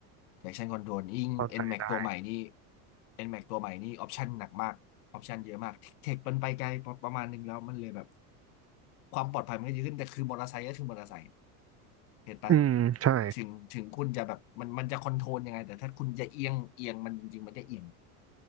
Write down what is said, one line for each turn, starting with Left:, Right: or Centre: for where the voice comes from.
Left: Traction Control ยิ่ง
Right: เข้าใจได้
Left: NMAX ตัวใหม่นี่ NMAX ตัวใหม่นี่ Option หนักมาก Option เยอะมากเทคมันไปไกลประมาณนึงแล้วมันเลยแบบความปลอดภัยมันก็เยอะขึ้นแต่คือมอเตอร์ไซค์ก็คือมอเตอร์ไซค์เห็นปะ
Right: อืมใช่
Left: ถึงถึงคุณจะแบบมันมันจะคอนโทรลยังไงแต่ถ้าคุณจะเอียงเอียงมันจริงๆมันก็เอียง